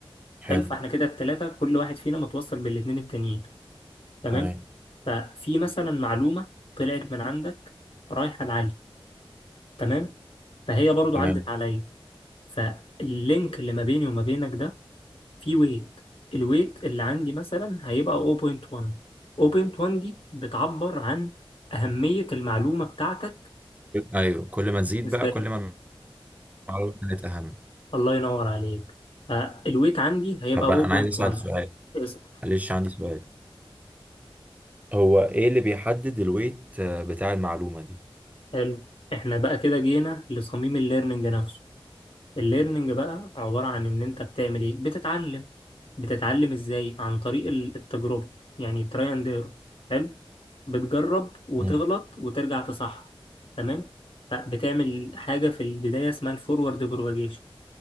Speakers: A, on the left (about 70°); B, on the right (about 15°).
A: حلو
B: حلو
A: فاحنا كده التلاتة كل واحد فينا متوصل بالاتنين التانيين تمام
B: تمام
A: ففي مثلا معلومة طلعت من عندك رايحة لعلي تمام فهي برضو
B: تمام
A: عدت عليا فاللينك اللي ما بيني وما بينك ده فيه ويت الويت اللي عندي مثلا هيبقى 0.1 0.1 دي بتعبر عن أهمية المعلومة بتاعتك
B: ايوه كل ما تزيد
A: بالنسبة
B: بقى كل
A: لي
B: ما المعلومه كانت اهم
A: الله ينور عليك فالويت عندي هيبقى
B: طب
A: 0.1
B: انا أنا عايز اسال سؤال
A: اسأل.
B: معلش عندي سؤال هو ايه اللي بيحدد الويت آه، بتاع المعلومة دي
A: حلو احنا بقى كده جينا لصميم الليرنينج نفسه الليرنينج بقى عبارة عن إن أنت بتعمل إيه؟ بتتعلم بتتعلم إزاي؟ عن طريق ال- التجربة يعني تراي أند إيرور حلو؟ بتجرب وتغلط
B: مم.
A: وترجع تصحح تمام؟ فبتعمل حاجة في البداية اسمها الفورورد بروباجيشن